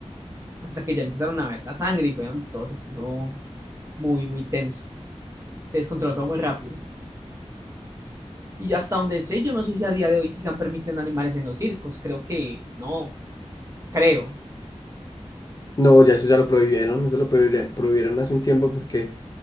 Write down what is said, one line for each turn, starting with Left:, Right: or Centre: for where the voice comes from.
Right: Hasta que ya empezaron a ver la sangre y fue donde todo se puso muy, muy tenso. Se descontroló todo muy rápido. Y hasta donde sé, yo no sé si a día de hoy sigan permitiendo animales en los circos. Creo que no, creo.
Left: No, ya eso ya lo prohibieron, eso lo prohibieron, prohibieron hace un tiempo porque